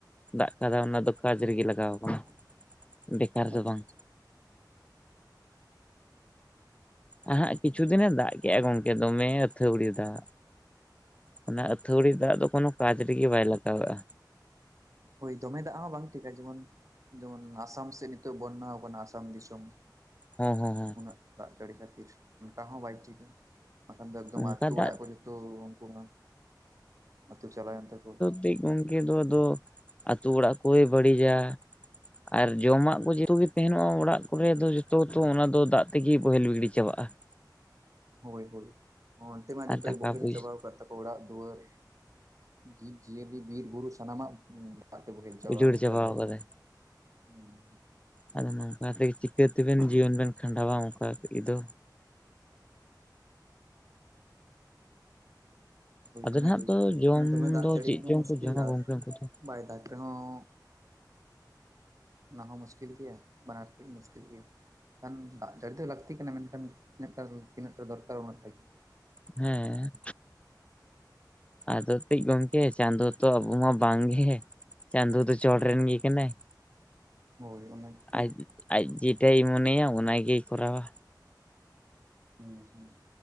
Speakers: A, on the left; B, on the right.
A: ᱫᱟᱜ ᱠᱟᱫᱟ ᱚᱱᱟ ᱫᱚ ᱠᱟᱡᱽ ᱨᱮᱜᱮ ᱞᱟᱜᱟᱣ ᱠᱟᱱᱟ ᱵᱮᱠᱟᱨ ᱫᱚ
B: ᱟᱪᱪᱷᱟ
A: ᱵᱟᱝ᱾
B: ᱟᱪᱪᱷᱟ
A: ᱟᱦᱟᱸᱜ ᱠᱤᱪᱷᱩ ᱫᱤᱱᱮ ᱫᱟᱜ ᱠᱮᱜᱼᱟ ᱜᱚᱝᱠᱮ ᱫᱚᱢᱮ ᱟᱹᱛᱷᱟᱹᱣᱲᱤ ᱫᱟᱜ᱾ ᱚᱱᱟ ᱟᱹᱛᱷᱟᱹᱣᱲᱤ ᱫᱟᱜ ᱫᱚ ᱠᱳᱱᱳ ᱠᱟᱡ ᱨᱮᱜᱮ ᱵᱟᱭ ᱞᱟᱜᱟᱣ ᱞᱟᱜᱼᱟ᱾
B: ᱦᱳᱭ ᱫᱚᱢᱮ ᱫᱟᱜ ᱦᱚᱸ ᱵᱟᱝ ᱴᱷᱤᱠᱟ ᱡᱮᱢᱚᱱ ᱡᱮᱢᱚᱱ ᱟᱥᱟᱢ ᱥᱮᱜ ᱱᱤᱛᱚᱜ ᱵᱚᱧᱱᱟᱣ ᱠᱟᱱᱟ ᱟᱥᱟᱢ ᱫᱤᱥᱚᱢ᱾
A: ᱦᱚᱸ ᱦᱚᱸ ᱦᱚᱸ᱾
B: ᱩᱱᱟᱹᱜ ᱫᱟᱜ ᱡᱟᱹᱲᱤ ᱠᱷᱟᱹᱛᱤᱨ, ᱫᱟᱜ ᱦᱚᱸ ᱵᱟᱭ ᱴᱷᱤᱠ ᱵᱟᱠᱷᱟᱱ ᱫᱚ ᱮᱠᱫᱚᱢ
A: ᱚᱱᱠᱟ
B: ᱟᱹᱛᱩ
A: ᱫᱟᱜ
B: ᱚᱲᱟᱜ ᱠᱚ ᱡᱚ ᱛᱚ ᱩᱱᱠᱩ ᱵᱟᱝ ᱠᱷᱟᱛᱤᱨ ᱪᱟᱞᱟᱣᱮᱱ ᱛᱟᱠᱚ
A: ᱴᱤᱡ ᱜᱚᱝᱠᱮ ᱫᱚ ᱟᱫᱚ ᱟᱛᱩ ᱚᱲᱟᱜ ᱠᱚᱭ ᱵᱟᱹᱲᱤᱡᱟ᱾ ᱟᱨ ᱡᱚᱢᱟᱜ
B: ᱦᱩᱸ
A: ᱠᱚ ᱡᱚᱛᱚ ᱜᱮ ᱛᱟᱦᱮᱱᱚᱜ-ᱟ ᱚᱲᱟᱜ ᱠᱚᱨᱮ ᱫᱚ ᱡᱚᱛᱚ ᱛᱚ ᱚᱱᱟ ᱫᱚ ᱫᱟᱜ ᱛᱮᱜᱮ ᱵᱳᱦᱮᱞ ᱜᱲᱤ ᱪᱟᱵᱟᱜ-ᱟ ᱾
B: ᱦᱳᱭ ᱦᱳᱭ ᱚᱱᱛᱮ ᱢᱟ ᱡᱚᱛᱚᱭ
A: ᱟᱨ ᱴᱟᱠᱟ
B: ᱵᱳᱦᱮᱞ
A: ᱯᱚᱭᱥᱟ
B: ᱪᱟᱵᱟᱣ ᱠᱟᱜ ᱛᱟᱠᱚ ᱚᱲᱟᱜ ᱫᱩᱣᱟᱹᱨ᱾ ᱡᱤᱵᱽ ᱡᱤᱭᱟᱹᱞᱤ ᱵᱤᱨ ᱵᱩᱨᱩ ᱥᱟᱱᱟᱢᱟᱜ <inaudible> ᱛᱮ ᱵᱚᱦᱮᱞ ᱪᱟᱞᱟᱣ
A: ᱩᱡᱟᱹᱲ ᱪᱟᱵᱟᱣ
B: ᱪᱟᱵᱟ ᱟᱠᱟᱱᱟ
A: ᱠᱟᱫᱟᱭ
B: ᱾ <inaudible>
A: ᱟᱫᱚ ᱱᱚᱝᱠᱟ ᱛᱮᱜᱮ ᱪᱤᱠᱟᱹᱛᱮᱱ ᱵᱮᱱ ᱡᱤᱭᱚᱱ ᱵᱮᱱ ᱠᱷᱟᱸᱰᱟᱣᱟ ᱚᱝᱠᱟ ᱛᱮ ᱫᱚ?
B: <unintelligible>
A: ᱟᱫᱚ ᱱᱟᱦᱟᱸᱜ ᱛᱚ ᱡᱚᱢ
B: ᱢᱟᱱᱮ ᱫᱚᱢᱮ ᱫᱟᱜ
A: ᱫᱚ
B: ᱡᱟᱹᱲᱤ
A: ᱪᱮᱫᱽ
B: ᱨᱮᱦᱚᱸ
A: ᱪᱚᱝ
B: ᱢᱩᱥᱠᱤᱞ
A: ᱠᱚ ᱡᱚᱢᱟ
B: ᱟᱨ
A: ᱜᱚᱝᱠᱮ ᱩᱝᱠᱩ ᱫᱚ᱾ <unintelligible>
B: ᱵᱟᱭ ᱫᱟᱜᱽ ᱨᱮᱦᱚᱸ ᱚᱱᱟ ᱦᱚᱸ ᱢᱩᱥᱠᱤᱞ ᱜᱮᱭᱟ ᱵᱟᱱᱟᱨ ᱛᱮᱜᱮ ᱢᱩᱥᱠᱤᱞ ᱜᱮᱭᱟ ᱾ ᱠᱷᱟᱱ ᱫᱟᱜ ᱡᱟᱹᱲᱤ ᱫᱚ ᱞᱟᱹᱠᱛᱤ ᱠᱟᱱᱟ, ᱢᱮᱱᱠᱷᱟᱱ <unintelligible> ᱴᱟᱱ ᱛᱤᱱᱟᱹᱜ ᱴᱟ ᱫᱚᱨᱠᱟᱨ ᱩᱱᱟᱹᱜ ᱴᱟᱜ ᱜᱮ᱾
A: ᱦᱮᱸ᱾ ᱟᱫᱚ ᱠᱟᱹᱡ ᱜᱚᱝᱠᱮ ᱪᱟᱸᱫᱳ ᱛᱚ ᱟᱵᱚ ᱢᱟ ᱵᱟᱝᱜᱮ ᱾ ᱪᱟᱸᱫᱳ ᱫᱚ ᱪᱚᱴ ᱨᱮᱱ ᱜᱮ ᱠᱟᱱᱟᱭ᱾
B: ᱦᱳᱭ ᱚᱱᱟ <inaudible>
A: ᱟᱡ ᱟᱡ ᱡᱮᱴᱟᱭᱮ ᱢᱚᱱᱮᱭᱟ ᱚᱱᱟᱜᱮᱭ ᱠᱚᱨᱟᱣ-ᱟ᱾
B: ᱦᱩᱸ ᱦᱩᱸ᱾